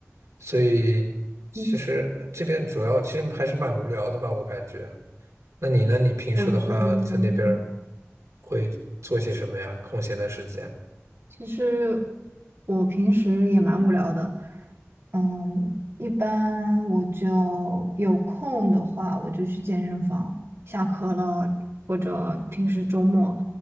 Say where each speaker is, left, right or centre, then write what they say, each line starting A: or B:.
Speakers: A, on the right (about 80°); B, on the right (about 60°).
A: 所以其实这边主要其实还是蛮无聊的吧，
B: 嗯
A: 我感觉。那你呢？你平时的话在那边儿
B: 我这边。
A: 会做些什么呀？空闲的时间？
B: 其实我平时也蛮无聊的，嗯，一般我就有空的话，我就去健身房。下课了，或者平时周末，